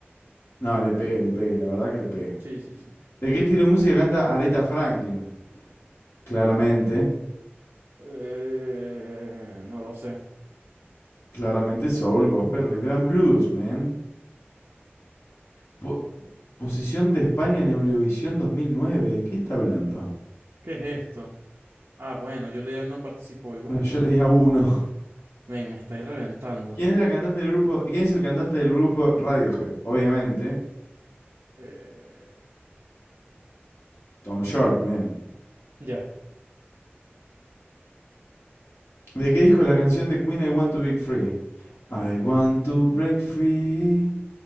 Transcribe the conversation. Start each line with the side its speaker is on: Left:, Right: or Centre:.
Left: No, le pegué, le pegué, la verdad que le pegué.
Right: Sí, sí, sí.
Left: ¿De qué estilo de música canta Aretha Franklin? Claramente,
Right: Eh, no lo sé.
Left: claramente soul, gospel, rhythm and blues, man. Po- posición de España en Eurovisión 2009. ¿De qué está hablando?
Right: ¿Qué es esto? Ah, bueno, yo leía no participó, Ivo.
Left: Bueno, yo le di a uno. <laughs>
Right: Men, me estáis reventando.
Left: ¿Quién es la cantante del grupo? ¿Quién es el cantante del grupo Radiohead? Obviamente,
Right: Eh,
Left: Tom York, man.
Right: ya,
Left: ¿De qué disco es la canción de Queen I Want to Break Free? I want to break free.